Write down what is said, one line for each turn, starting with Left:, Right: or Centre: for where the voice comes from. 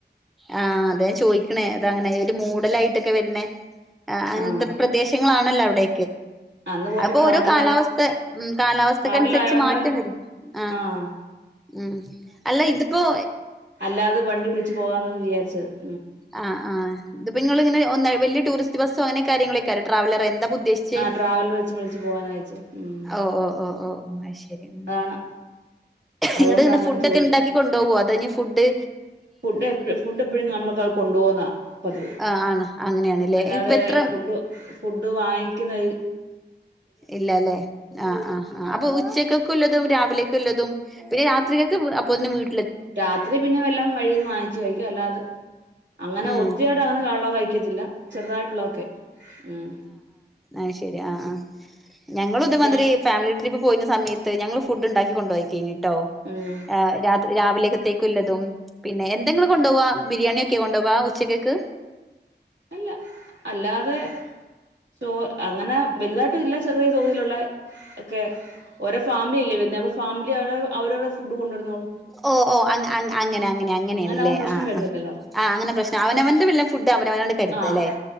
Centre: ആ അതെ ചോദിക്കണേ അത് അങ്ങനെ ഒരു മൂടൽഒക്കെ ആയിട്ട് വർ ണെ ആ ആ അങ്ങനത്തെ
Right: ആഹ്
Centre: പ്രദേശങ്ങൾ ആണ് നല്ല അവിടെ
Right: അന്ന് പോയപ്പോ
Centre: അതിപ്പോൾ
Right: കാറിലായ
Centre: ഓരോ കാലാവസ്ഥാ ഉം കാലാവസ്ഥ
Right: കാറിലായോണ്ട്
Centre: അനുസരിച്ചു മാറ്റംവരും അ
Right: ആഹ്
Centre: മ് അല്ല ഇതിപ്പോൾ
Right: അയാള് വണ്ടി വിളിച്ച്പോകുന്നു വിചാരിച്ച് <unintelligible>
Centre: ആ ആ ഇതിപ്പോൾ നിങ്ങളെങ്ങനെ വലിയ ടൂറിസ്റ്റ് ബസ് അങ്ങനെക്ക് അരുന്നോ ട്രാവലർ ഉദ്ദേശിച്ച്
Right: ആ ട്രാവൽ വെച്ച് വിളിച്ച് പോകാനാ വിചാരിച്ചേ ഉം
Centre: ഓ ഓ ഓ ഓ അത് ശരിയ
Right: അതാണ് അതുകൊണ്ടാ
Centre: ഇങ്ങോട്ട് ഇനി
Right: അങ്ങനെ
Centre: ഫൂഡ് ഒക്കെ ഉണ്ടാക്കി കൊണ്ടോ വോ ഫൂഡ്
Right: ഫുഡ്‌ എപ്പോഴും ഫുഡ്‌ എപ്പോഴും കാണുന്നതാ കൊണ്ടുപോകുന്ന പതിവ്
Centre: ആഹ് ആണ് അങ്ങനെയാണ്ല്ലേ
Right: അല്ലാതെ
Centre: ഇനിപ്പ എത്ര
Right: ഫുഡ്‌ ഫുഡ്‌ വാങ്ങിക്കു അയി
Centre: ഇല്ലാ ല്ലേ ആ ആ ആ അപ്പൊ ഉച്ചക്ക് ല്ലതും രാവിലേക്ക്ല്ലതും പിന്നെ രാത്രികക്ക് അപ്പോത്തിന് വീട്
Right: രാത്രി പിന്നെ എല്ലാം വഴിന്ന് വാങ്ങിച്ച് കഴിക്കും അല്ലാതെ അങ്ങനെ
Centre: ഉം
Right: ഒത്തിരി അങ്ങ് കഴിക്കു കഴിക്കത്തില്ല ചെറുതായിട്ട് ള്ളതൊക്കെ ഉം
Centre: ഐ ശെരി ആ ആ ഞങ്ങളും ഇതേമാതിരി
Right: ച
Centre: ഫാമിലി ട്രി ഇപ്പൊ പോയിനെ സമയത്ത് ഞങ്ങൾ ഫുഡ്‌ ഉണ്ടാക്കി കൊണ്ടോയക്കേനി ട്ടോ
Right: ഉം
Centre: ഏ രാത് രാവിലത്തേക്ക് ഉള്ളതും പിന്നെ എന്താ ഇങ്ങൾ കൊണ്ടോവാ ബിരിയാണി ഒക്കെ കൊണ്ടോവാ ഉച്ചക്കക്ക്
Right: അല്ല അല്ലാതെ ടൂർ അങ്ങനെ വെൽതായിട്ടുല്ല ചെറിയ തോതിലുള്ള ഒക്കെ ഒരു ഫാമിലി ഇല്ലേ അപ്പൊ ഫാമിലി അവർ അവരുടെ ഫുഡ്‌ കൊണ്ടുവന്നോളും
Centre: ഓ ഓ അങ് അങ് അങ്ങനെ അങ്ങനെ അങ്ങനെണ്
Right: ആവുമ്പം
Centre: ലെ
Right: പ്രശ്നം
Centre: ആ
Right: വരുന്നില്ലല്ലോ
Centre: അ ആ അങ്ങനെ പ്രശ്നം അവനവൻ വേണ്ട ഫുഡ്‌ അവനവൻ കര്താല്ലേ
Right: ആഹ്